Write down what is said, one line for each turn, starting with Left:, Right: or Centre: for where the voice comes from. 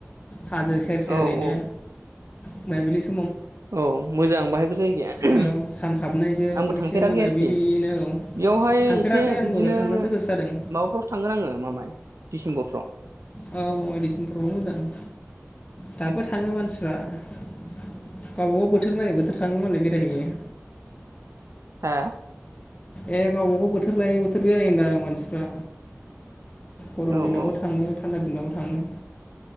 Left: हाजो सेर सरैनो
Right: औ औ
Left: मोनाबिलि सम
Right: औ मोजां बाहायबो जायगाया
Left: औ सान हाबनायजों
Right: आंबो
Left: एसे
Right: थांफेराखै
Left: मोनाबिलिनो
Right: आरोखि
Left: औ
Right: बेयावहाय
Left: थांफेराखै
Right: एसे
Left: आंबो
Right: बिदिनो
Left: थांनोसो
Right: माबाफ्रावसो
Left: गोसो जादों
Right: थांगोन आङो मामाय डिसेम्बरफ्राव
Left: औ माबायदिसिमफ्रावबो होजागोन दाबो थाङो मानसिफ्रा गावबा गाव बोथ बोथोर नायै बोथोर थाङो मालाय बेरायहैयो।
Right: हा
Left: ए गावबागाव बोथोर लायो बोथोर बेरायोन्दां मानसिफ्रा। गरम
Right: औ
Left: दिनावबो
Right: औ
Left: थाङो थान्दा दिनावबो थाङो